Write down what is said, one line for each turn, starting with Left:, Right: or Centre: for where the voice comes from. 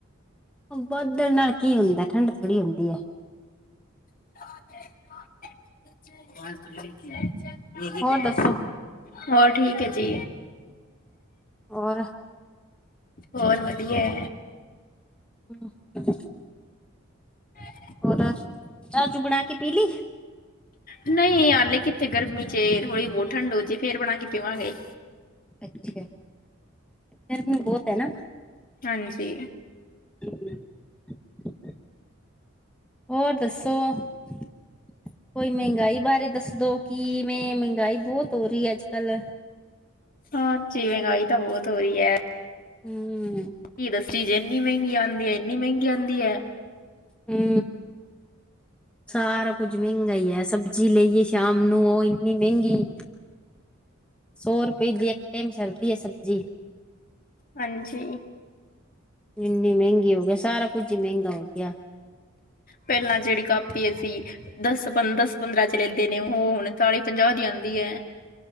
Centre: ਬਾਦਲ ਨਾਲ ਕੀ ਹੁੰਦਾ ਠੰਡ ਥੋੜੀ ਹੁੰਦੀ ਏ
Left: <unintelligible>
Centre: ਹੋਰ ਦੱਸੋ
Left: ਹੋਰ ਠੀਕ ਹੈ ਜੀ
Centre: ਹੋਰ
Left: ਹੋਰ ਵਧੀਆ ਏ
Centre: ਹਮ
Left: <unintelligible>
Centre: ਹੋਰ ਚਾਹ ਚੂ ਬਣਾ ਕੇ ਪੀ ਲਈ
Left: ਨਹੀਂ ਆਲੇ ਕਿੱਥੇ ਗਰਮੀ ਚ ਥੋੜ੍ਹੀ ਬਹੁਤ ਠੰਡ ਹੋ ਜੇ ਫੇਰ ਬਣਾ ਕੇ ਪੀਵਾਂਗੇ
Centre: ਅੱਛਾ ਗਰਮੀ ਬਹੁਤ ਏ ਨਾ
Left: ਹਾਂਜੀ
Centre: ਹਮ ਹੋਰ ਦੱਸੋ ਕੋਈ ਮਹਿੰਗਾਈ ਬਾਰੇ ਦੱਸ ਦਉ ਕਿਵੇਂ ਮਹਿੰਗਾਈ ਬਹੁਤ ਹੋ ਰਹੀ ਹੈ ਅੱਜ -ਕੱਲ੍ਹ
Left: ਹਾਂਜੀ। ਮਹਿੰਗਾਈ ਤਾਂ ਬਹੁਤ ਹੋ ਰਹੀ ਏ।
Centre: ਹੂ
Left: ਕੀ ਦੱਸਿਏ ਚੀਜ਼ ਇੰਨੀ ਮਹਿੰਗੀ ਆਂਉਦੀ ਇੰਨੀ ਮਹਿੰਗੀ ਆਉਂਦੀ ਹੈ।
Centre: ਹੂ ਸਾਰਾ ਕੁੱਝ ਮਹਿੰਗਾ ਈ ਏ। ਸਬਜ਼ੀ ਲਈਏ ਸ਼ਾਮ ਨੂੰ ਉਹ ਇੰਨੀ ਮਹਿੰਗੀ। ਸੌ ਰੁਪਏ ਦੀ ਇੱਕ ਟਾਈਮ ਸਰਦੀ ਏ ਸਬਜ਼ੀ।
Left: ਹਾਂਜੀ।
Centre: ਇੰਨੀ ਮਹਿੰਗੀ ਹੋ ਗਈ। ਸਾਰਾ ਕੁੱਝ ਹੀ ਮਹਿੰਗਾ ਹੋ ਗਿਆ।
Left: ਪਹਿਲਾਂ ਜਿਹੜੀ ਕਾਪੀ ਅਸੀ ਦਸ ਪੰ, ਦਸ- ਪੰਦਰਾਂ ਚ ਲੈਂਦੇ ਨੇ। ਉਹ ਹੁਣ ਚਾਲੀ ਪੰਜਾਹ ਦੀ ਆਦੀਏ।